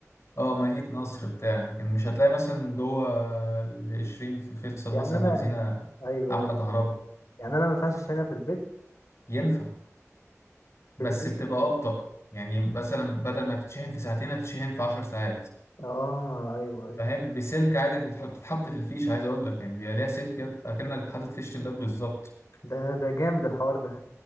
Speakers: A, on the left (about 60°); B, on the left (about 85°).
A: اه مدينة نصر بتاع لكن مش هتلاقي مثلا جوه العشرين في فيصل
B: يعني
A: مثلا
B: انا
A: بنزينة
B: ايوه
A: عاملة
B: ايوه
A: كهرباء
B: يعني انا ما ينفعش اشحنها في البيت
A: ينفع
B: في
A: بس
B: البيت
A: بتبقى أبطأ يعني مثلا بدل ما تتشحن في ساعتين هتتشحن في عشر ساعات
B: اه ايوه ايوه
A: فاهم بسلك عادي بتح- بتتحط في الفيش عايز أقول لك يعني بيبقى ليها سلك كده أكنك حاطط فيشة اللاب بالظبط
B: ده ده جامد الحوار ده